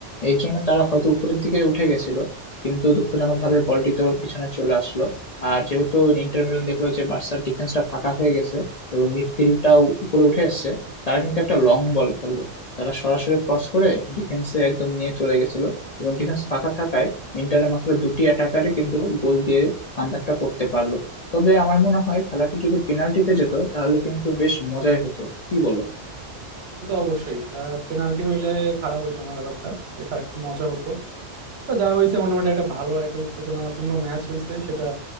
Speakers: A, on the left; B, on the right.
A: এই জন্য তারা হয়তো উপরের দিকে উঠে গেছিল কিন্তু দুঃখজনকভাবে বলটি তো পিছনে চলে আসলো আর যেহেতু ইন্টার মিলান দেখলো যে বার্সার ডিফেন্সটা ফাঁকা হয়ে গেছে এবং মিডফিল্ডটাও উপরে উঠে এসেছে তারা কিন্তু একটা লং বল খেললো তারা সরাসরি ক্রস করে ডিফেন্সে একদম নিয়ে চলে গেছিল এবং ডিফেন্স ফাঁকা থাকায় ইন্টারের মাত্র দুটি অ্যাটাকারে কিন্তু গোল দিয়ে কামব্যাকটা করতে পারলো তবে আমার মনে হয় খেলাটি যদি পেনাল্টিতে যেত তাহলে কিন্তু বেশ মজাই হতো কি বলো
B: সে তো অবশ্যই পেনাল্টি হইলে খারাপ হইতো না ব্যাপারটা বেশ আরেকটু মজা হতো তো যা হয়েছে মোটামুটি একটা ভালো একটা উত্তেজনাপূর্ণ ম্যাচ হয়েছে সেটা